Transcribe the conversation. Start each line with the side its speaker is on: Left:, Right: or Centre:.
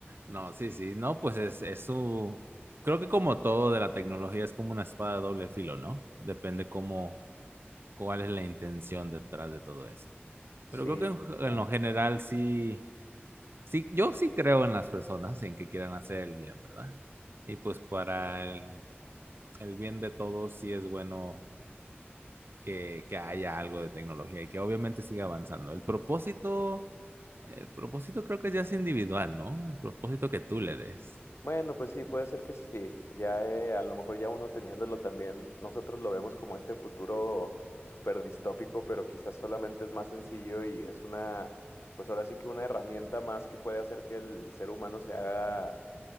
Right: No, sí, sí, no, pues es, es su... Creo que como todo de la tecnología es como una espada de doble filo, ¿no? Depende cómo, cuál es la intención detrás de todo eso. Pero
Left: Sí,
Right: creo que en,
Left: claro.
Right: en lo general sí, sí, yo sí creo en las personas, en que quieran hacer el bien, ¿verdad? Y pues para el, el bien de todos sí es bueno que, que haya algo de tecnología y que obviamente siga avanzando. El propósito, el propósito creo que ya es individual, ¿no? El propósito que tú le des.
Left: Bueno, pues sí, puede ser que sí. Ya eh, a lo mejor ya uno teniéndolo también, nosotros lo vemos como este futuro súper distópico, pero quizás solamente es más sencillo y es una, pues ahora sí que una herramienta más que puede hacer que el ser humano se haga